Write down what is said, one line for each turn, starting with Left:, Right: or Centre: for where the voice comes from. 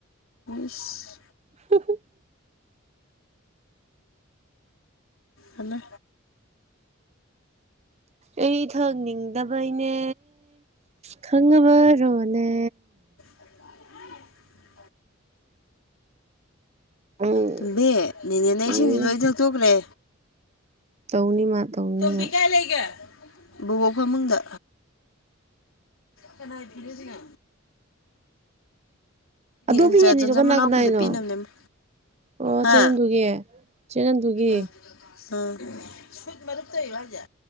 Left: ꯏꯁ
Right: <unintelligible>
Left: ꯍꯜꯂꯣ
Right: ꯑꯩ ꯏ ꯊꯪꯅꯤꯡ ꯂꯕꯩꯅꯦ ꯈꯉꯕ ꯔꯣꯅꯦ
Left: ꯑꯥꯏ
Right: ꯎꯝ
Left: ꯇꯨꯝꯗꯦ ꯅꯦꯅꯦꯅꯦ
Right: ꯎꯝ
Left: ꯏꯁꯤꯡꯁ ꯂꯣꯏ ꯊꯛꯇꯣꯛꯈ꯭ꯔꯦ
Right: ꯇꯧꯅꯤꯃ ꯇꯧꯅꯤꯃ
Left: ꯇꯤ ꯀꯥꯏ ꯂꯩꯒ ꯕꯕꯣꯛ ꯐ ꯃꯗ ꯀꯅꯥꯏ ꯐꯤꯅ ꯁꯤꯒ
Right: ꯑꯗꯨ
Left: ꯟꯆꯟ
Right: ꯐꯤ ꯑꯅꯤꯗꯣ ꯀꯅꯥ
Left: ꯃꯅꯥꯎꯄꯤꯗ
Right: ꯀꯅꯥꯏꯅꯣ
Left: ꯄꯤꯅꯕꯅꯦꯅ
Right: ꯑꯣ
Left: ꯍꯥ
Right: ꯆꯦꯅꯟꯗꯨꯒꯤ ꯆꯦꯅꯟꯗꯨꯒꯤ
Left: ꯎ ꯑ ꯁꯨꯠ ꯃꯔ ꯇꯣꯏꯂꯖ